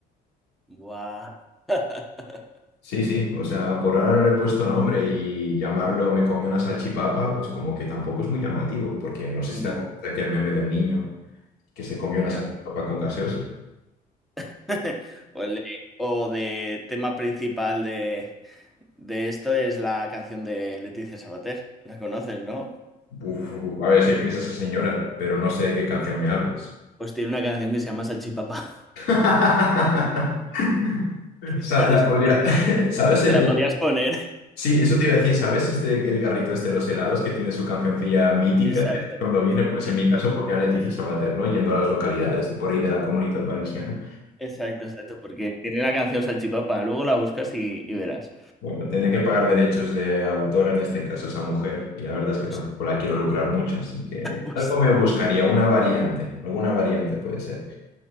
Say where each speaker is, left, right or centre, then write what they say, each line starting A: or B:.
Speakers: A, in the centre; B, on the left.
A: Guau. <laughs>
B: Sí, sí, o sea, por ahora no le he puesto nombre y llamarlo me comí una salchipapa, pues como que tampoco es muy llamativo, porque no sé
A: No,
B: si te acuerdas de aquel meme del niño que se comió una
A: ya.
B: salchipapa con gaseosa.
A: <laughs> O, el- o de tema principal de, de esto es la canción de Leticia Sabater. ¿La conoces, no?
B: Uf, a ver, sé quién es esa señora, pero no sé de qué canción me hablas.
A: Pues tiene una canción que se llama Salchipapa.
B: <laughs> O
A: <laughs>
B: sea,
A: Por
B: la
A: eso
B: podría.
A: que te,
B: <laughs> ¿Sabes el,
A: te la
B: el-
A: podías poner. <laughs>
B: Sí, eso te iba a decir, ¿sabes este el garrito este de los helados que tiene su cancioncilla mítica?
A: Exacto,
B: Cuando viene, pues
A: exacto.
B: en mi caso pondría a Leticia Sabater, ¿no? Yendo a las localidades de por ahí de la comunidad valenciana.
A: Exacto, exacto, porque tiene la canción Salchipapa. Luego la buscas y, y verás.
B: Bueno, tiene que pagar derechos de autor en este caso a esa mujer y la verdad es que
A: Pues,
B: tampoco la quiero lucrar mucho, así que
A: <laughs> pues
B: algo me buscaría, una variante, alguna variante puede ser.